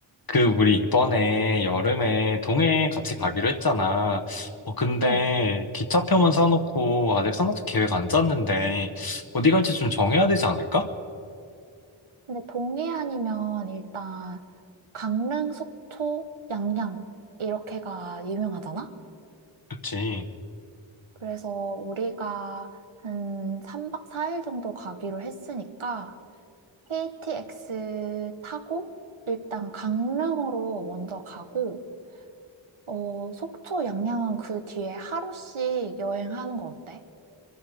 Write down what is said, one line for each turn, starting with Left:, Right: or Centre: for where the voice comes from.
Left: 그, 우리 이번에 여름에 동해 같이 가기로 했잖아. 어, 근데
Right: 응.
Left: 기차표만 사놓고 아직 하나도 계획 안 짰는데 어디 갈지 좀 정해야 되지 않을까?
Right: 근데 동해안이면 일단 강릉, 속초, 양양 이렇게가 유명하잖아?
Left: 그치.
Right: 그래서 우리가 한 3박 4일 정도 가기로 했으니까 KTX 타고 일단 강릉으로 먼저 가고 어, 속초, 양양은 그 뒤에 하루씩 여행하는 거 어때?